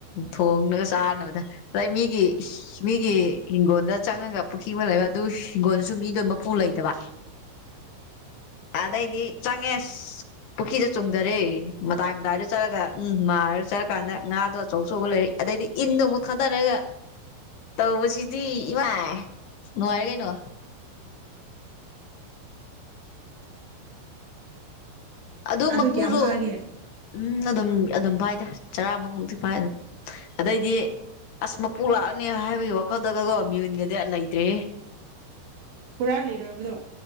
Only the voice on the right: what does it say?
ꯑꯗꯣ
ꯀꯌꯥꯝ ꯐꯥꯒꯦ
ꯍꯨꯔꯥ ꯂꯤꯔꯣꯏꯕꯗꯣ